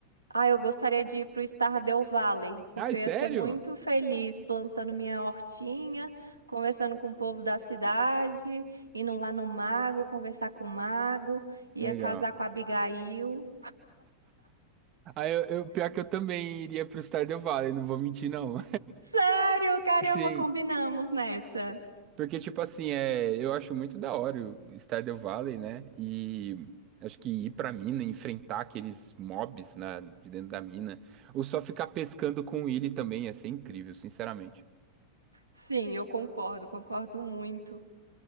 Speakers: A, on the right; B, on the right.
A: Ah, eu gostaria de ir pro Stardew Valley, porque
B: Ai, sério?
A: eu ia ser muito feliz plantando minha hortinha, conversando com o povo da cidade, indo lá no mago, conversar com o mago, ia
B: Legal.
A: casar com a Abigail.
B: Aí eu, eu- pior que eu também iria pro Stardew Valley, não vou mentir, não.
A: Sério,
B: <laughs>
A: caramba,
B: Sim,
A: combinamos nessa.
B: porque, tipo assim, é, eu acho muito da hora o Stardew Valley, né? E acho que ir pra mina, enfrentar aqueles mobs na, de dentro da mina, ou só ficar pescando com o Willy também, ia ser incrível, sinceramente.
A: Sim, eu concordo, concordo muito.